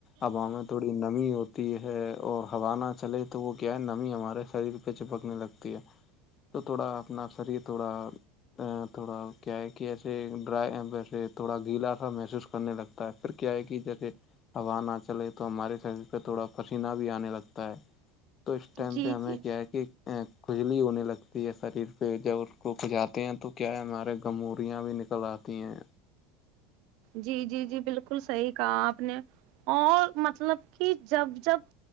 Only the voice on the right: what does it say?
جی
جی
جی جی جی بالکل صحیح کہا آپ نے اور مطلب کہ جب جب